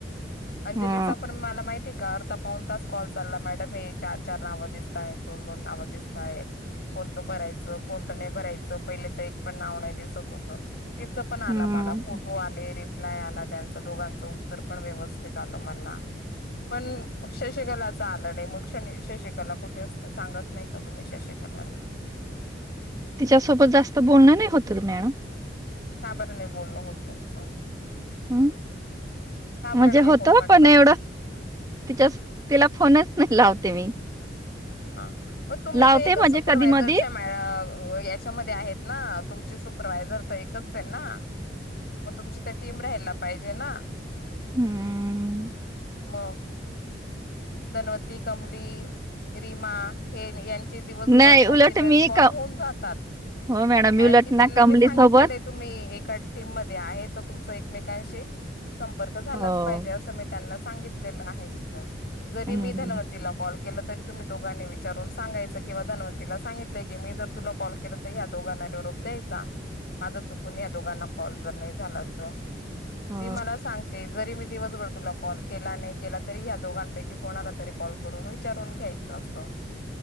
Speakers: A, on the left; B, on the right.
A: अंजलीचा
B: हा.
A: पण मला माहिती आहे का अर्धा पाऊण तास कॉल चालला मॅडम हे चार चार नावं दिसतायेत दोन दोन नावं दिसतायेत. कोणतं भरायचं कोणत नाही भरायचं पहिले तर एक पण नाव नाही दिसत होतं. तिच पण आला
B: हम्म.
A: मला फोटो आले रिप्लाय आला त्यां दोघांचं उत्तर पण व्यवस्थित आलं मला पण शशिकलाच आल नाही मग शनी शशिकला कुठे असते? सांगत नाही का तुम्ही शशिकलाला?
B: तिच्यासोबत जास्त बोलणं नाही होत मॅडम.
A: का बर नाही बोलणं होत तुमचं?
B: हम्म
A: का बरं
B: म्हणजे
A: नाही
B: होत
A: म्हटलं
B: पण एवढं तिच्यास तिला फोनच नाही लावते मी.
A: आ <unintelligible> म तुम्ही
B: लावते
A: ते कसं
B: म्हणजे
A: सुपरवायझरच्या
B: कधी मधी
A: <unintelligible> याच्यामध्ये आहेत ना तुमची सु परवायझर त एकच आहे ना मग तुमची तर टीम राहायला पाहिजे ना?
B: हम्
A: मग धनवंती, कमली रीमा हे यांचे दिवसभर
B: नाही
A: दोन
B: उलट
A: तीन वेळेस
B: मी
A: कॉल
B: क
A: होऊन जातात.
B: हो मॅडम
A: कारण
B: मी उलट
A: की त्यांना
B: ना कमली
A: मी सांगितलेलं
B: सोबत
A: हे तुम्ही एक का टीम मध्ये आहे तर तुमचा एकमेकांशी संपर्क झालाच
B: हो.
A: पाहिजे अस मी त्यांना सांगितलेलं आहे तर जरी
B: हम्म.
A: मी धनवंतीला कॉल केल तरी तुम्ही दोघांनी विचारून सांगायचं किंवा धनवंतीला सांगितलं की मी जर तुला कॉल केलं तर या दोघांना निरोप द्यायचा. माझ चुकून या दोघांना कॉल जर नाही झाला त
B: हो
A: तरी मला सांगते जरी मी दिवसभर तुला कॉल केला नाही केला तरी ह्या दोघां पैकी कोणाला तरी कॉल करून विचारून घ्यायचं असं.